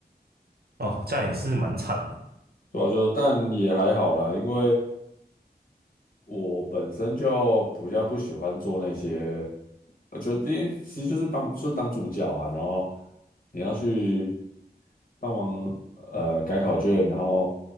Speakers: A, on the right; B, on the left.
A: 哦，这样也是蛮惨的。
B: 对啊，就但也还好啦，因为我本身就比较不喜欢做那些，我觉得因为其实就是帮就是当助教啊，然后你要去。帮忙呃改考卷，然后